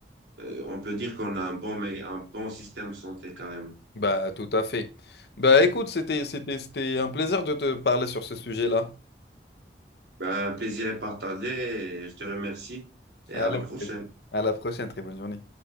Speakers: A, on the right; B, on the left.
A: euh, on peut dire qu'on a un bon, mais un bon système de santé quand même.
B: Bah, tout à fait. Bah, écoute, c'était, c'était, c'était un plaisir de te parler sur ce sujet-là.
A: Ben, plaisir est partagé et je te remercie et
B: Allez,
A: à la prochaine.
B: à la prochaine, très bonne journée.